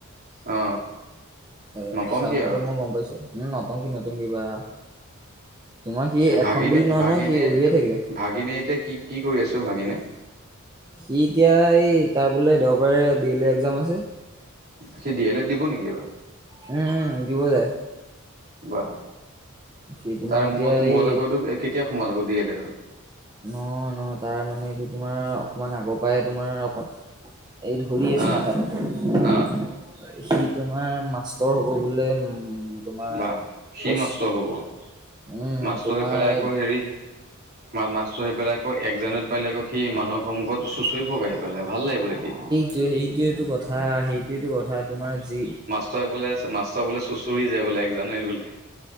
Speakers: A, on the right; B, on the right.
A: অ।
B: এ
A: নতংকি
B: চাওঁতে
A: আৰু
B: মই গম পাইছো ন, নতংকি- নতংকি বা তোমাৰ সি
A: এ
B: এখন
A: ভাগিনে-
B: বুলি নহয়
A: ভাগিনে-
B: নহয় সি উলিয়াই থাকে
A: ভাগিনে এতিয়া কি কি কৰি আছে অ, ভাগিনে।
B: সি এতিয়া এই তাৰ বোলে দেওবাৰে ডি এল এড এক্সাজাম আছে।
A: সি ডি এল এড দিব নেকি এইবাৰ?
B: উম, দিব যায়।
A: বা
B: সি তোমাৰ
A: তাৰ
B: এতিয়া
A: মূৰত- মূৰত
B: এই
A: আকৌ এইটো কেতিয়া সোমাল আকৌ ডি এল এডৰ।
B: নহয়- নহয় তাৰ মানে এইটো তোমাৰ অকমান আগৰ পৰাই তোমাৰ এই ধৰি আছে
A: অ',
B: মাথাতো।
A: অ',
B: সি তোমাৰ মাছ তোৰ হ'বলে উম, তোমাৰ
A: বা সি
B: পইচা
A: মাষ্টৰ হ'ব
B: উম
A: মাষ্টৰ
B: তোমাৰ
A: হৈ পেলাই আকৌ হেৰি মা মাষ্টৰ হৈ পেলাই আকৌ, এক জানুৱাৰীত পাৰিলে আকৌ সি মানুহৰ সন্মুখতো তই ভক আহি পেলাই ভাল লাগিব দেখি।
B: সেইটোৱেতো কথা, সেইটোৱেতো কথা। তোমাৰ যি
A: হয় বোলে মাষ্টৰ বোলে চুঁচৰি যায় বোলে। এক জানুৱাৰী বুলি।